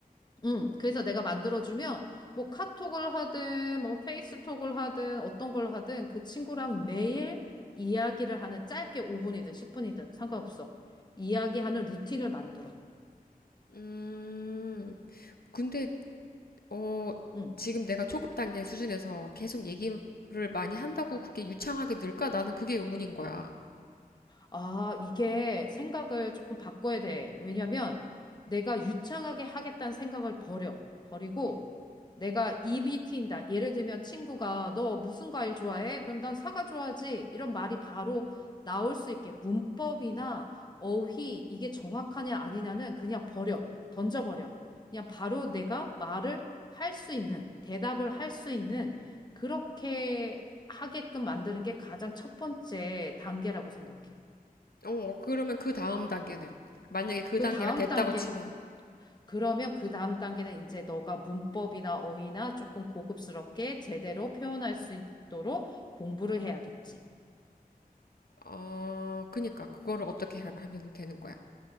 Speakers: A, on the left; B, on the left.
A: 음, 그래서 내가 만들어주면 뭐 카톡을 하든 뭐 페이스톡을 하든 어떤 걸 하든 그 친구랑 매일 이야기를 하는 짧게 5분이든 10분이든 상관없어. 이야기하는 루틴을 만들어.
B: 음. 근데 어
A: 응.
B: 지금 내가 초급 단계 수준에서 계속 얘기를 많이 한다고 그게 유창하게 늘까? 나는 그게 의문인 거야.
A: 아, 이게 생각을 조금 바꿔야 돼. 왜냐면 내가 유창하게 하겠다는 생각을 버려. 버리고 내가 입이 트인다. 예를 들면 친구가 너 무슨 과일 좋아해? 그럼 난 사과 좋아하지. 이런 말이 바로 나올 수 있게 문법이나 어휘 이게 정확하냐 아니냐는 그냥 버려. 던져버려. 그냥 바로 내가 말을 할 수 있는, 대답을 할 수 있는 그렇게 하게끔 만드는 게 가장 첫 번째 단계라고 생각해.
B: 어, 그러면 그 다음 단계는 만약에 그
A: 그
B: 단계가
A: 다음
B: 됐다고
A: 단계,
B: 치면
A: 그러면 그 다음 단계는 이제 너가 문법이나 어휘나 조금 고급스럽게 제대로 표현할 수 있도록 공부를 해야겠지.
B: 어, 그니까 그거를 어떻게 하- 하면 되는 거야?